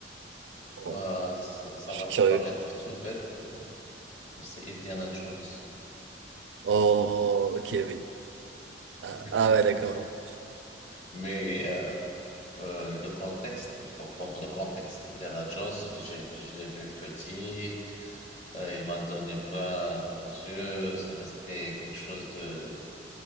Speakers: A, on the right; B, on the left.
A: Ouais,
B: Ouah, ça, ça
A: je
B: va
A: suis
B: te
A: curieux.
B: paraître tout bête, euh, mais c'est Indiana Jones.
A: Oh, ok, oui. Ah,
B: <laughs>
A: ah ouais, d'accord, non.
B: Mais euh, euh, le contexte, il faut prendre le contexte. Indiana Jones, je, je l'ai vu petit, euh, il m'a donné plein aux yeux, c'est resté quelque chose de,